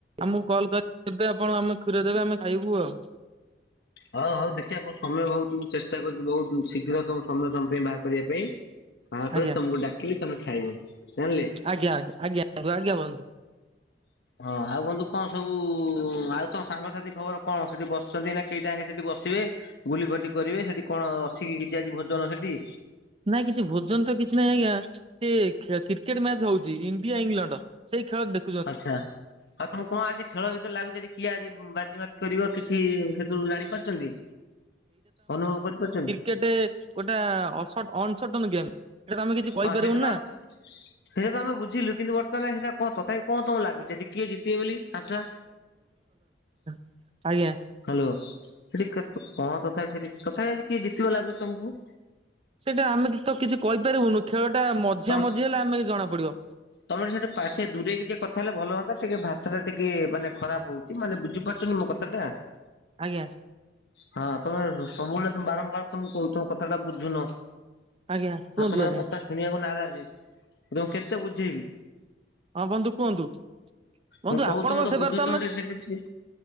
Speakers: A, on the right; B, on the left.
A: ଆମକୁ କଲ୍ କରିବେ ଆପଣ ଆମ <inaudible> ଦେବେ ଆମେ ଖାଇବୁ ଆଉ
B: ହଉ ହଉ ଦେଖିବା ସମୟ ବହୁ ଚେଷ୍ଟା କରୁଛି ବହୁତ ଶୀଘ୍ର ତମ ସମୟ ତମ ପାଇଁ ବା କରିବା ପାଇଁ ବାହା
A: ଆଜ୍ଞା
B: ପରେ ତମକୁ ଡାକିଲେ ତମେ ଖାଇବ ଜାଣିଲେ।
A: ଆଜ୍ଞା ଆଜ୍ଞା ଆଜ୍ଞା ବନ୍ଧୁ।
B: ହଁ ଆଉ ବନ୍ଧୁ କଣ ସବୁ ଆଉ ତମ ସାଙ୍ଗସାଥି ଖବର କଣ ସେଠି ବସିଛନ୍ତି ନା କେଇଟା ଆଗେ ସେଠି ବସିବେ ଗୁଲି ଖଟି କରିବେ ସେଠି କଣ ଅଛି କି କିଛି ଆଜି ଭୋଜନ ସେଠି?
A: ନାଇଁ କିଛି ଭୋଜନ ତ କିଛି ନାହିଁ ଆଜ୍ଞା ସେ କ୍ରିକେଟ ମ୍ୟାଚ ହଉଛି ଇଣ୍ଡିଆ ଇଂଲଣ୍ଡ ସେଇ ଖେଳ ଦେଖ।
B: ଆଚ୍ଛା ଆଉ ତମକୁ କଣ ଆଜି ଖେଳ ଭିତରେ ଲାଗୁଛି କିଏ ଆଜି ବାଜି କରିବ କିଛି ସେଥୁରୁ ଜାଣି ପାରୁଛନ୍ତି ଅନୁଭବ କରିପାରୁଛନ୍ତି।
A: କେଟେ ଗୋଟେ ଅନସଟନ ଗେମ୍ ସେଇଟା ତମେ କିଛି କହିପାରିବନି
B: ହଁ ସେଇଟା ତ
A: ନା।
B: ଆମ ସେଇଟା ତ ଆମେ ବୁଝିଲୁ କିନ୍ତୁ ବର୍ତ୍ତମାନ ସେଇଟା କଣ ତଥାପି କଣ ତମକୁ ଲାଗୁଛି ଆଜି କିଏ ଜିତିବେ ବୋଲି ଆଶା?
A: <inaudible> ଆଜ୍ଞା।
B: ହାଲୋ ସେଠି କଣ କଥା ସେଠି କଥା ହଉଛି କିଏ ଜିତିବ ଆଜି ଲାଗୁଛି ତମକୁ?
A: ସେଇଟା ଆମେ ତ କିଛି କହିପାରିବୁନୁ ଖେଳ ଟା ମଝିଆ
B: ତମେ
A: ମଝି ହେଲେ ଆମେ ଜଣା ପଡିବ।
B: ତମେ ସେଠୁ ପାଠେ ଦୂରେଇକି ଟିକଏ କଥା ହେଲେ ଭଲ ହୁନ୍ତା ଟିକେ ଭାଷା ଟା ଟିକେ ମାନେ ଖରାପ ହଉଚି। ମାନେ ବୁଝିପାରୁଛନ୍ତି ମୋ କଥା ଟା
A: ଆଜ୍ଞା
B: ହଁ ତମେ ସବୁବେଳେ ତମେ ବାରମ୍ବାର ତମେ କହୁଛ କଥାଟା ବୁଝୁନ
A: ଆଜ୍ଞା କୁହନ୍ତୁ
B: ଆଉ ତମର
A: ଆଜ୍ଞା।
B: କଥା ଶୁଣିବାକୁ ନାରାଜ ତଁ କେତେ ବୁଝେଇବି?
A: ହଁ ବନ୍ଧୁ କୁହନ୍ତୁ ବନ୍ଧୁ
B: ମୁଁ କହୁଚି
A: ଆପଣଙ୍କ
B: ତମେ ତ
A: ସେବାରେ
B: ବୁଝୁଛନ୍ତି
A: ଆମେ
B: ସେ କିଛି।